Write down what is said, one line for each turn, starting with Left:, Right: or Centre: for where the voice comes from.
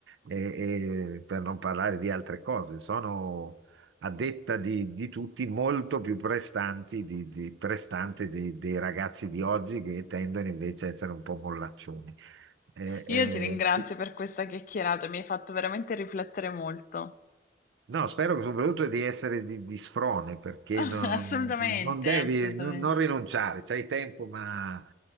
Right: eh, eh, per non parlare di altre cose, sono a detta di, di tutti molto più prestanti di, di- prestante dei dei ragazzi di oggi che tendono invece a essere un po' mollaccioni. Eh,
Left: Io
Right: eh,
Left: ti ringrazio per questa chiacchierata, mi hai fatto veramente riflettere molto.
Right: No, spero soprattutto di essere di, di sfrone perché
Left: <laughs>
Right: non,
Left: Assolutamente,
Right: non devi,
Left: assolutamente.
Right: non, non rinunciare, c'hai tempo, ma